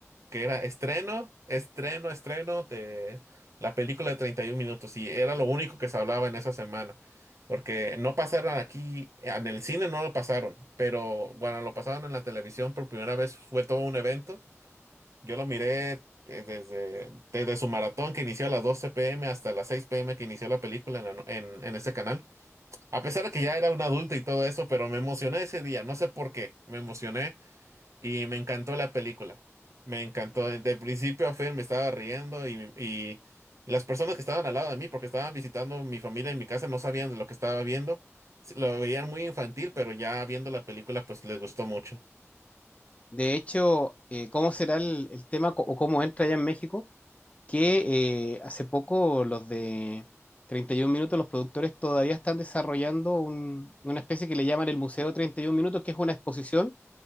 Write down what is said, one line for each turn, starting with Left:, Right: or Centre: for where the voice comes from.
Right: que era estreno, estreno, estreno de la película de 31 minutos y era lo único que se hablaba en esa semana. Porque no pasaron aquí, en el cine no lo pasaron, pero cuando lo pasaron en la televisión por primera vez fue todo un evento. Yo lo miré eh, desde, desde su maratón que inició a las doce p m hasta las seis p m que inició la película en, la no- en, en ese canal. A pesar de que ya era un adulto y todo eso, pero me emocioné ese día, no sé por qué, me emocioné y me encantó la película. Me encantó. De principio a fin me estaba riendo y, y las personas que estaban al lado de mí, porque estaban visitando mi familia en mi casa, no sabían de lo que estaba viendo. Sí, Lo veían muy infantil, pero ya viendo la película, pues les gustó mucho.
Left: De hecho, eh, ¿cómo será el, el tema co- o cómo entra allá en México? Que eh, hace poco los de 31 Minutos, los productores todavía están desarrollando un- una especie que le llaman el Museo 31 Minutos, que es una exposición